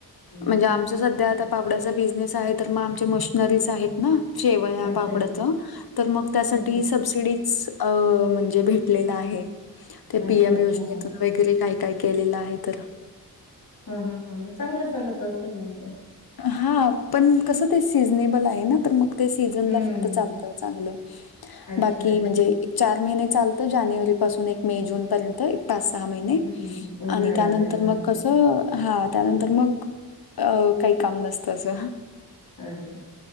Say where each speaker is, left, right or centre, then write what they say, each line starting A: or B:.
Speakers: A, on the left; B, on the left.
A: हं
B: म्हणजे आमच सध् ध्या आता पापड्याचा बिझनेस आहे. तर मग आमच्या मशनरीज आहेत ना. शेवया,
A: अच्छा
B: पापडाच.
A: अच्छा
B: तर मग त्यासाठी
A: हं
B: सबसिडी स अ म्हणजे भेटलेल आहे.
A: हं.
B: ते
A: अच्छा
B: पीम
A: अच्छा
B: योजनेतूनच
A: हां.
B: वगैरे काय - काय केलेलं आहे, तर.
A: हा हा हा मग चांगलं चालत असेल मग ते,
B: हा पण कसं ते सीझनेबल आहे ना तर मग, ते सीझनला
A: हम्म.
B: फक्त चालतं चांगलं.
A: अच्छा
B: बाकी
A: अच्छा
B: म्हणजे, एक चार महिने चालत. जानेवारी पासून एक मे, जून पर्यंत पाच सहा महीने
A: हं हं हं हं उन्हाळा
B: आणि त्या
A: लागल्यावर
B: नंतर
A: हां
B: मग कसं तर हा त्यानंतर मग अ काही काम नसतं असं.
A: अरे